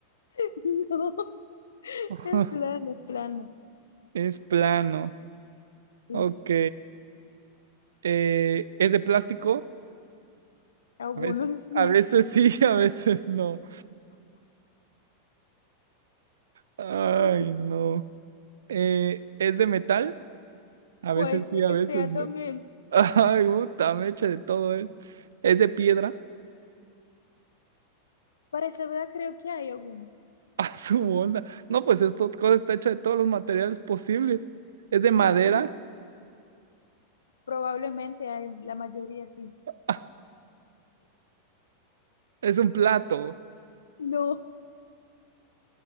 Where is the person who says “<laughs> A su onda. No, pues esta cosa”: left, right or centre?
Right